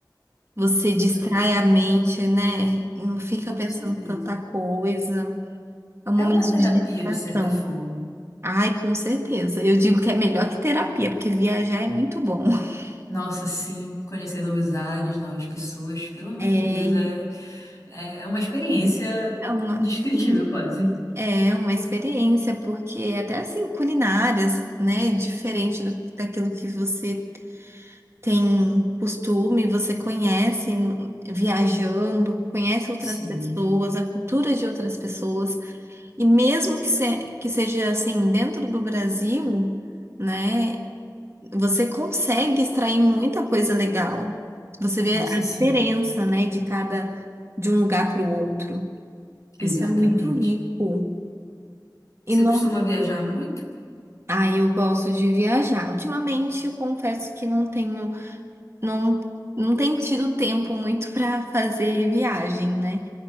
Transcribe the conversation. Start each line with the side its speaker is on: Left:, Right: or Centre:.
Right: Você distrai
Left: Isso é definitivamente.
Right: a mente, né? Não fica
Left: Com
Right: pensando
Left: certeza.
Right: tanta coisa. É um
Left: É
Right: momento
Left: uma terapia,
Right: de distração.
Left: de certa forma.
Right: Ai, com certeza. Eu digo que é melhor que terapia, porque viajar é muito bom. <laughs>
Left: Nossa, sim, conhecer novos ares, novas pessoas. Pelo amor
Right: É,
Left: de Deus, é
Right: e
Left: É uma experiência
Right: é uma,
Left: indescritível,
Right: sim,
Left: quase.
Right: é uma experiência, porque é até assim, culinárias, né? Diferente do, daquilo que você tem costume, você conhece viajando, conhece outras
Left: Sim,
Right: pessoas, a cultura de outras pessoas. E mesmo que, se- que seja assim dentro do Brasil, né, você consegue extrair muita coisa legal. Você vê
Left: nossa,
Right: a diferença,
Left: sim,
Right: né, de cada de um lugar para o outro.
Left: exatamente.
Right: Isso é muito rico. E
Left: Você
Right: não,
Left: costuma viajar muito?
Right: ah, eu gosto de viajar. Ultimamente, eu confesso que não tenho, não, não tenho tido tempo muito <laughs> para fazer viagem, né?